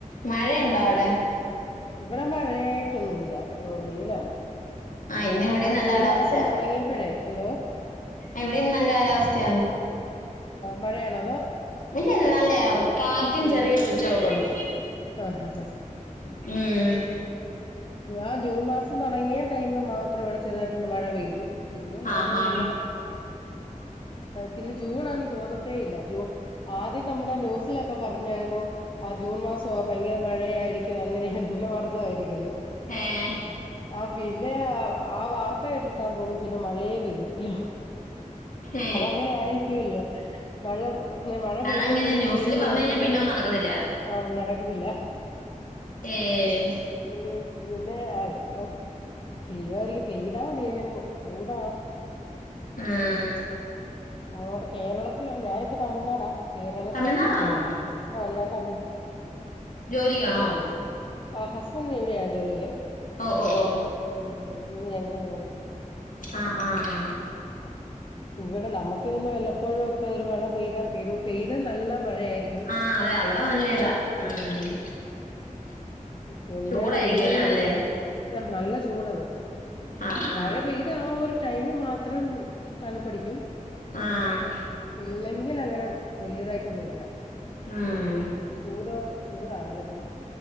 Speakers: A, on the left (about 75°); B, on the left (about 40°).
A: മഴയുണ്ടോ അവിടെ
B: ഇവിടെ മഴയായിട്ടൊന്നുല്ല വെയിലാണ്
A: ഇന്ന് ഇവിടെയും
B: ആ
A: നല്ല
B: ജൂൺ
A: കാലാവസ്ഥയാ
B: മാസം തുടങ്ങിയപ്പോഴേ എന്തോ
A: ഇവിടെ ഇന്ന് നല്ല കാലാവസ്ഥയാണ്
B: മഴയാണോ അതോ
A: ഇല്ല ഇല്ല നല്ലയ കാറ്റും
B: വെയില്
A: ചെറിയ വെളിച്ചൊക്കണ്ട്
B: ആഹ് ഹഹഹ
A: ഉം
B: ആ ജൂൺ മാസം തുടങ്ങിയ ടൈമ് മാത്രം ഇവിടെ ചെറുതായിട്ടൊന്ന് മഴ പെയ്തു പിന്നെ മഴയില്ല
A: ആഹാ
B: പിന്നെ ജൂണാന്ന് തോന്നത്തേ ഇല്ല ജൂ ആദ്യം നമ്മുടെ ന്യൂസിലൊക്കെ പറഞ്ഞായിരുന്നു ആഹ് ജൂൺ മാസവ ഭയങ്കര മഴയായിരിക്കും അങ്ങനെ നൂനമർദ്ദമായിരിക്കുന്ന്
A: ഏഹ്
B: ആഹ് പിന്നെ ആ വാർത്ത കേട്ട് കിട്ടാൻ തോന്നുന്നു പിന്നെ മഴയെ പെയ്തിട്ടില്ല
A: ഏ
B: അതങ്ങനെ ആയിരിക്കുവല്ലോ മഴ മഴ
A: അതങ്ങനെ
B: പെയ്യും പെയ്യും
A: ന്യൂസില്
B: പെയ്യൂന്ന്
A: പറഞ്ഞു
B: പറഞ്ഞണ്ടിരിന്ന
A: കഴിഞ്ഞാ പിന്നെ ഒന്നും നടക്കത്തില്ല
B: ആഹ് നടക്കത്തില്ല
A: ഏഹ്
B: <unintelligible> പിന്നെ ആ ഇനിപ്പം പെയ്യുമായിരിക്കും പെയ്താൽ മതിയായിരുന്നു ചൂടാ
A: ആഹ്
B: അങ്ങോട്ട് കേരളത്തില് ഞാനിപ്പോ തമിഴ്നാടാ കേരളത്തിലോട്ടൊക്കെ
A: തമിഴ്നാടാണോ
B: ആ ഞാൻ തമിഴ്
A: ജോലിയണോ
B: ആഹ് ഹസ്ബൻഡിന് ഇവിടെയാണ് ജോലിയെ
A: ഓഹ് ഓഹ് ഓഹ്
B: ഉം <unintelligible> പോവും
A: ആഹ് ആഹ്
B: ഇവിടെ നമുക്ക് പിന്നെ വല്ലപ്പോഴും ഒക്കെ ഒരു മഴ പെയ്താ പെയ്തു പെയ്ത നല്ല മഴയായിരിക്കും
A: ആ അതെ അവിടെ നല്ല ഇതാ ഉം
B: പിന്നെ
A: ചൂടായിരിക്കും
B: പെയ്തില്ലെങ്കിൽ
A: അല്ലേ നല്ലേ
B: ത നല്ല ചൂടാണ്
A: ആ ആ
B: മഴ പെയ് ആ ഒരു ടൈമി മാത്രം തണുപ്പടിക്കും
A: ആഹ്
B: ഇല്ലെങ്കിൽ അങ്ങനെ വല്ല്യതായിട്ടൊന്നും ഇല്ല
A: ആഹ്
B: ചൂടോ ചൂടാ നല്ല ചൂട്